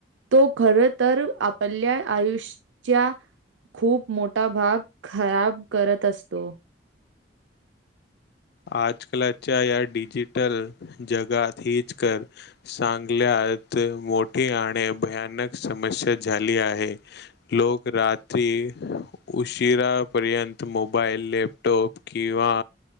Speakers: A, on the right; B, on the left.
A: तो खर तर आपल्या आयुष्याच्या खूप मोठा भाग खराब करत असतो.
B: आजकालच्या या डिजिटल जगात हीच कर चांगल्या मोठी आणि भयानक समस्या झाली आहे लोक रात्री उशिरा पर्यंत मोबाईल लॅपटॉप किंवा